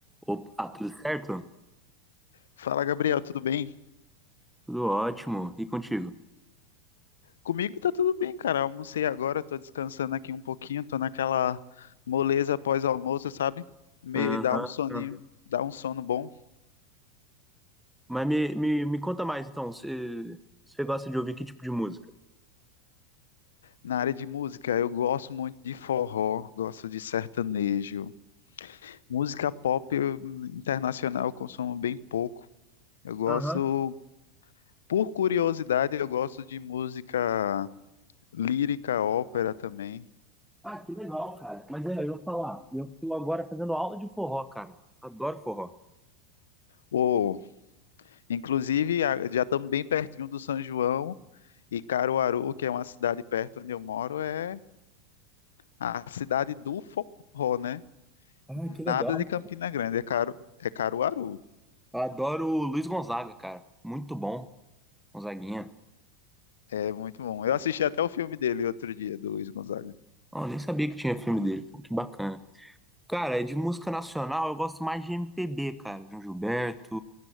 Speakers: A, in the centre; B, on the left.
A: Opa, tudo certo?
B: Fala, Gabriel, tudo bem?
A: Tudo ótimo. E contigo?
B: Comigo tá tudo bem, cara. Almocei agora, tô descansando aqui um pouquinho, tô naquela moleza pós-almoço, sabe? Meio
A: Aham,
B: dá um soninho,
A: aham.
B: dá um sono bom.
A: Mas me, me, me conta mais, então. Você você gosta de ouvir que tipo de música?
B: Na área de música, eu gosto muito de forró, gosto de sertanejo. Música pop eu- internacional eu consumo bem pouco. Eu gosto,
A: Aham.
B: por curiosidade, eu gosto de música lírica, ópera também.
A: Ah, que legal, cara. Mas é, eu vou falar. Eu estou agora fazendo aula de forró, cara. Adoro forró.
B: Ou, inclusive, a- já estamos bem pertinho do São João. E Caruaru, que é uma cidade perto onde eu moro, é a, a cidade do forró, né?
A: Ah, que legal.
B: Nada de Campina Grande, é, Caru, é Caruaru.
A: Adoro o Luiz Gonzaga, cara. Muito bom, Gonzaguinha.
B: É muito bom. Eu assisti até o filme dele outro dia, do Luiz Gonzaga.
A: Oh, nem sabia que tinha filme dele. Pô, que bacana. Cara, de música nacional, eu gosto mais de MPB, cara. João Gilberto,